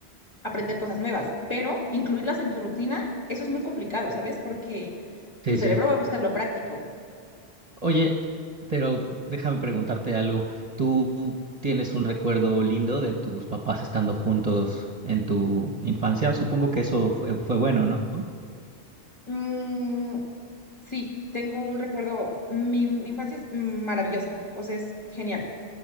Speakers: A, on the left; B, on the right.
A: aprender cosas nuevas, pero incluirlas en tu rutina, eso es muy complicado, ¿sabes? Porque
B: Sí,
A: tu cerebro
B: sí.
A: va a buscar lo práctico.
B: Oye, pero déjame preguntarte algo. ¿Tú tienes un recuerdo lindo de tus papás estando juntos en tu infancia? Supongo que eso fue, fue bueno, ¿no?
A: Mm, sí, tengo un recuerdo. Mi, mi infancia es maravillosa, o sea, es genial,